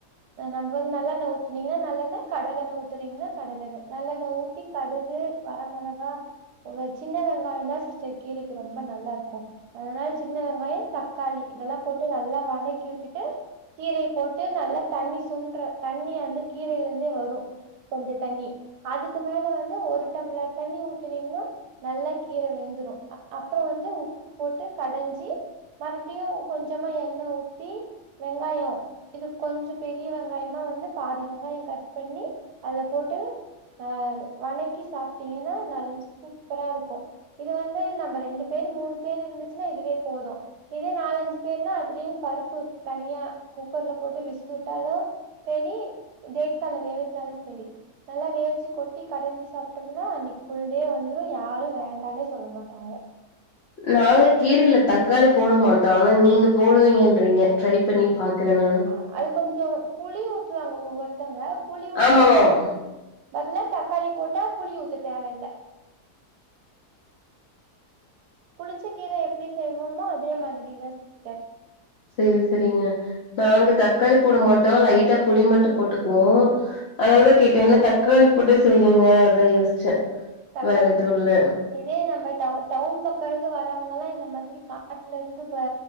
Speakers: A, on the right; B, on the left.
A: ஆ நம்ம வந்து நல்லெண்ண ஊத்துனீங்கன்னா நல்லெண்ண கடலெண்ண ஊத்துறீங்கன்னா கடலெண்ண நல்லெண்ண ஊத்தி கடுகு வர மொளகா ஒவ்வ சின்ன வெங்காயந்தா சிஸ்டர் கீரைக்கு ரொம்ப நல்லா இருக்கு அதனால சின்ன வெங்காய தக்காளி இதெல்லா போட்டு நல்லா வணக்கி விட்டு டு கீரைய போட்டு நல்லா தண்ணி சுண்டுற தண்ணி வந்து கீரைல இருந்தே வரு கொஞ்ச தண்ணி அதுக்கு மேல வந்து ஒரு டம்ளர் தண்ணி ஊத்துனீங்கன்னா நல்லா கீரை வெந்துரு அப்றோ வந்து உப்பு போட்டு கடஞ்சி மறுபடியு கொஞ்சமா எண்ண ஊத்தி வெங்காயோ இதுக் கொஞ்சோ பெரிய வெங்காயமா வந்து பாதி வெங்காயோ கட் பண்ணி அதுல போட்டு ஆ வணக்கி சாப்ட்டீங்கன்னா நல் சூப்பரா இருக்கு இது வந்து நம்ம ரெண்டு பேர் மூணு பேர் இருந்துச்சுன்னா இதுவே போது இதே நாலஞ்சு பேருனா அதுலே பருப்பு தனியா குக்கர்ல போட்டு விசில் விட் டாலு சேரி தேக்சால வேக வெச்சாலு சேரி நல்லா வேவ்ச்சி கொட்டி கடஞ்சி சாப்பிட்டோம்னா அன்னிக்கி ஃபுல் டே வந்துரு யாரு வேண்டானே சொல்ல மாட்டாங்க
B: நாங்க கீரைல தக்காளி போட மாட்டோ ஆனா நீங்க போடுவீங்கன்றீங்க ட்ரை பண்ணி பாக்குறே நானு
A: அ அது கொஞ்சோ புளி ஊத்துவாங்க ஒவ்வொருத்தங்க புளி ஊத்துறதுக்கு
B: ஆமாமா
A: பதி பதிலா தக்காளி போட்டா புளி ஊத்த தேவ இல்ல புளிச்ச கீர எப்டி செய்வோமோ அதே மாதிரிதா சிஸ்டர்
B: சேரி சேரிங்க நாங்க தக்காளி போட மாட்டோ லைட்டா புளி மட்டு போட்டுக்குவோ அதனாலதா கேட்டே என்ன தக்காளி போட்டே செய்றீங்க அதா யோசிச்சே
A: தக்காளி
B: வேற எதுவு
A: போடுவே
B: இல்ல
A: இதே நம்ம டவு டவுன் பக்கோ இருந்து வரவங்கல்லா இந்த மாதிரி காட்டுல இருந்து ப